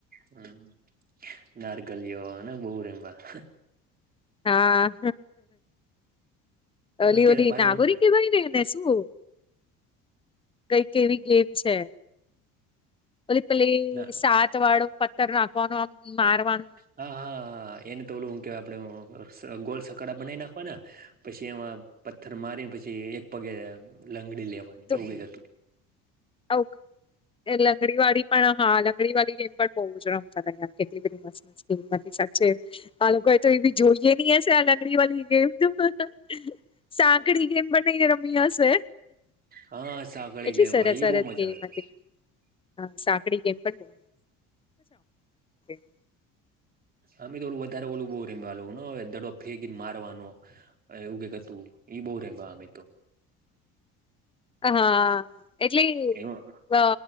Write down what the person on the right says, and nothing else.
હમ્મ નારગલીયો અને બઉ રમયા.
અત્યારે
પાછા
હું કે
ના
હા હા હા એને તો ઓલું હું કેવાય આપડે ગોલ સકડા બનાઈ નાખવાના પસી એમાં પથ્થર મારીને પછી એક પગે લંગડી લેવાની
એવું કંઈક હતું.
હા સાંકળી
ગેમ
એ
બહુ મજા
આવતી.
અમે તો ઓલુ વધારે ઓલું બઉ રયમા દડો ફેંકી ન મારવાનો. એવું કંઈક હતું ઈ બઉ રયમા અમે તો.
એમાં